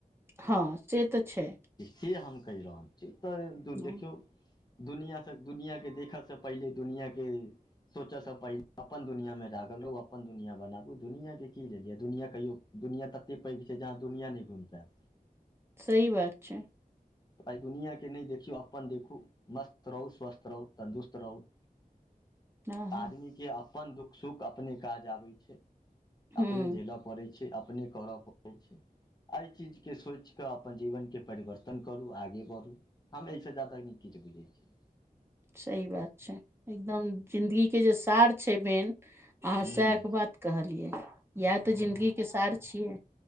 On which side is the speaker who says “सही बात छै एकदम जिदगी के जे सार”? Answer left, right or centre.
Right